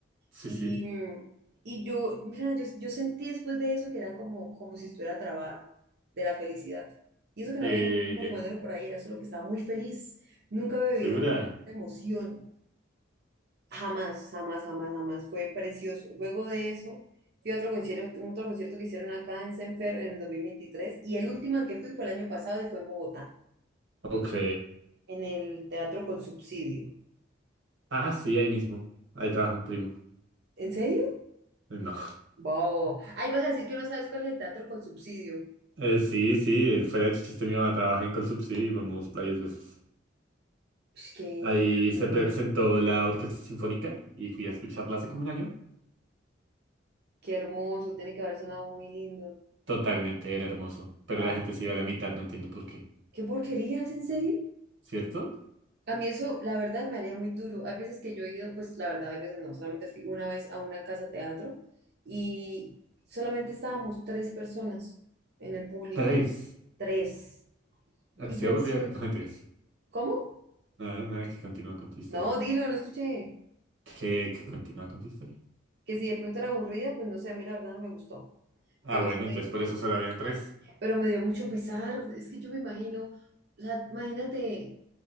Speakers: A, on the right (about 85°); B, on the right (about 60°).
A: Sí,
B: Y,
A: sí.
B: mm, y yo, mira, yo, yo sentí después de eso que era como, como si estuviera trabada de la felicidad. Y eso que
A: Eh,
B: no había ningún marihuanero por ahí, era solo que estaba muy feliz. Nunca había vivido
A: ¿segura?
B: como tanta emoción. Jamás, jamás, jamás, jamás. Fue precioso. Luego de eso, fui a otro concierto, otro concierto que hicieron acá en Senfer en el dos mil veintitrés y el último al que fui fue el año pasado y fue en Bogotá,
A: Ok.
B: en el Teatro con Subsidio.
A: Ah, sí, ahí mismo. Ahí trabaja un primo.
B: ¿En serio?
A: Eh, No. <laughs>
B: Wow. Ay, vas a decir que no sabes cuál es el Teatro con Subsidio.
A: Eh, sí, sí, eh, fuera de chiste, mi mamá trabaja en Colsubsidio y vamos varias veces.
B: Ush, Qué
A: Ahí se
B: genial.
A: presentó la Orquesta Sinfónica y fui a escucharla hace como un año.
B: Qué hermoso. Tiene que haber sonado muy lindo.
A: Totalmente, era hermoso. Pero
B: Ah,
A: la gente se iba a la mitad, no entiendo por qué.
B: qué porquerías, ¿en serio?
A: ¿Cierto?
B: A mí eso, la verdad, me haría muy duro. Hay veces que yo he ido, pues la verdad, hay veces no, solamente fui una vez a una casa teatro y solamente estábamos tres personas en el público,
A: Tres.
B: tres.
A: Así
B: Y yo
A: aburrida.
B: decía,
A: <laughs> No, mentiras.
B: ¿cómo?
A: Nada, nada, que continúa con tu historia.
B: No, dilo, no escuché.
A: ¿Qué, que continúa con tu historia?
B: Que si de pronto era aburrida, pues no sé, a mí la verdad no me gustó,
A: Ah,
B: pero
A: bueno,
B: sí me
A: entonces
B: dio,
A: por eso solo habían tres.
B: pero me dio mucho pesar. Es que yo me imagino, o sea, imagínate